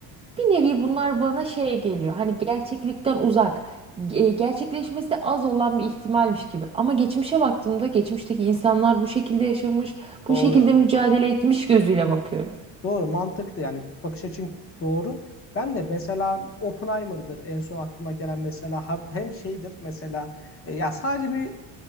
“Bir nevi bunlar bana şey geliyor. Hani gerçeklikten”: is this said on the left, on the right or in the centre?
Right